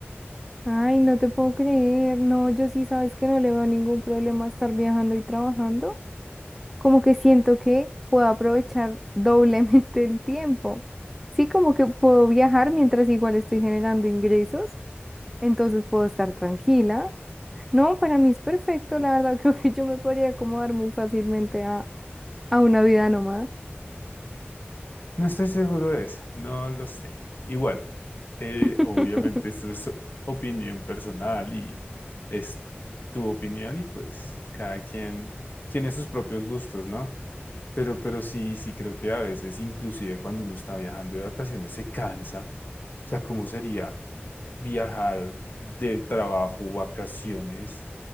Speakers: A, in the centre; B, on the left.
A: Ay, no te puedo creer. No, yo sí sabes que no le veo ningún problema a estar viajando y trabajando. Como que siento que puedo aprovechar <laughs> doblemente el tiempo. Sí, como que puedo viajar mientras igual estoy generando ingresos entonces puedo estar tranquila. No, para mí es perfecto, la verdad, <laughs> creo que yo me podría acomodar muy fácilmente a, a una vida nómada.
B: No estoy seguro de eso, no lo sé. Igual, eh,
A: <laughs>
B: obviamente esto es opinión personal y es tu opinión y pues cada quien tiene sus propios gustos, ¿no? Pero, pero sí, sí creo que a veces, inclusive cuando uno está viajando de vacaciones, se cansa. O sea, ¿cómo sería viajar de trabajo, vacaciones?